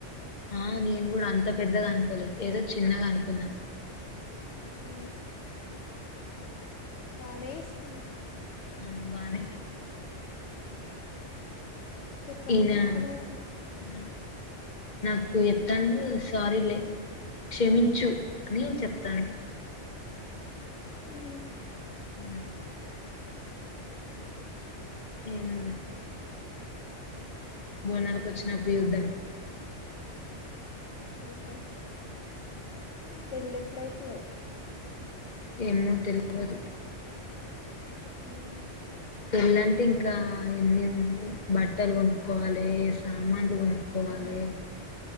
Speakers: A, on the left (about 40°); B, on the left (about 70°).
A: ఆ నేను కూడా అంత పెద్దగా అనుకోలేదు. ఏదో చిన్నగ అనుకున్నా
B: హు బానే వేసుకున్నరు
A: ఆ బానే
B: చెప్పను
A: ఈయన
B: చెప్పలే అసలు
A: ఆ నాకు ఎతండు సారీలే క్షమించు అని చెప్తాను
B: హుహు
A: హు ఏమోనే బోనాలకు వచ్చినప్పుడు యుద్ధం
B: సూధా పెళ్ళి ఎప్పుడైతదో
A: ఏమో తెల్వదు
B: ఉహు
A: పెళ్ళంటే ఇంకా ఎన్ని ఉన్నయో బట్టలు కొనుక్కోవాలి సామాన్లు కొనుక్కోవాలి